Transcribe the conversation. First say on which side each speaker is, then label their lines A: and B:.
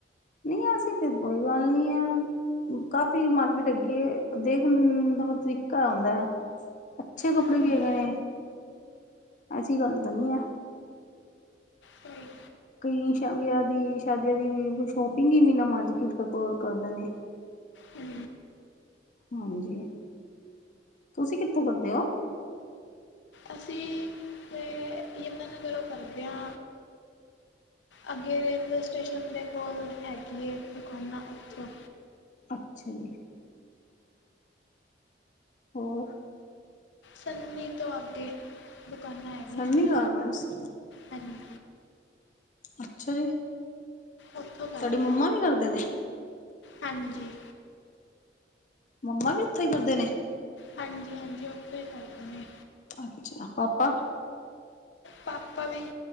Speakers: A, on the left; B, on the left.
A: ਨਹੀਂ ਐਸੀ ਤਾਂ ਕੋਈ ਗੱਲ ਨੀ ਆ ਕਾਫੀ ਮਾਰਕੀਟ ਅੱਗੇ ਦੇਖਣ ਦਾ ਬਸ ਤਰੀਕਾ ਹੁੰਦਾ ਆ ਅੱਛੇ ਕੱਪੜੇ
B: ਹਮ
A: ਵੀ ਹੈਗੇ ਨੇ ਐਸੀ ਗੱਲ ਤਾਂ ਨੀ ਆ
B: ਸਹੀ
A: ਕਈ ਸ਼ ਵਿਆਹ ਦੀ ਸ਼ਾਦੀਆਂ ਦੀ ਵੀ ਸ਼ੋਪਿੰਗ ਵੀ ਮੀਨਾਂ ਮਰਕਿਟ ਤੋਂ ਕਰਦੇ ਨੇ
B: ਹੂੰ
A: ਹਾਂਜੀ ਤੁਸੀਂ ਕਿੱਥੋਂ ਕਰਦੇ ਓ
B: ਅਸੀਂ ਤੇ ਯਮਨਾ ਨਗਰੋਂ ਕਰਦੇ ਆ ਅੱਗੇ ਰੇਲਵੇ ਸਟੇਸ਼ਨ ਦੇ ਕੋਲ ਹੈਗੀ ਏ ਦੁਕਾਨਾਂ ਉੱਥੋਂ
A: ਅੱਛਾ ਜੀ ਹੋਰ
B: ਸੰਨੀ ਤੋਂ ਅੱਗੇ ਦੁਕਾਨਾਂ ਹੈਗੀਆਂ
A: ਸਨੀ
B: ਨੇ,
A: ਗਾਰਮੈਂਟਸ
B: ਹਾਂਜੀ
A: ਅੱਛਾ ਜੀ
B: ਉੱਥੋਂ
A: ਤੁਹਾਡੀ
B: ਕਰਦੇ,
A: ਮੰਮਾ ਵੀ ਕਰਦੇ ਨੇ
B: ਹਾਂਜੀ
A: ਮੰਮਾ ਵੀ ਉੱਥੇ ਈ ਕਰਦੇ ਨੇ
B: ਹਾਂਜੀ ਹਾਂਜੀ ਉਥੋਂ ਈ ਕਰਦੇ ਨੇ
A: ਅੱਛਾ, ਪਾਪਾ
B: ਪਾਪਾ ਵੀ,